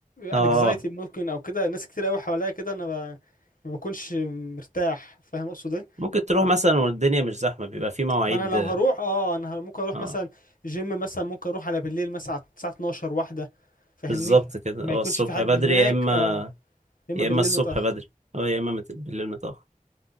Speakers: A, on the right; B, on the left.
A: اه
B: انكزايتي ممكن او كده ناس كتير قوي حواليا كده انا ب... ما بكونش مرتاح فاهم اقصد ايه
A: ممكن تروح مثلا والدنيا مش زحمه بيبقى في مواعيد
B: ما انا لو هروح اه انا ه- ممكن اروح
A: اه
B: مثلا جيم مثلا ممكن اروح على بالليل مثلا على الساعه 12 واحده فاهمني
A: بالظبط كده
B: ما
A: هو
B: يكونش
A: الصبح
B: في حد
A: بدري
B: هناك
A: يا اما
B: اه يا اما
A: يا
B: بالليل
A: اما الصبح
B: متاخر
A: بدري اه يا اما مت- بالليل متأخر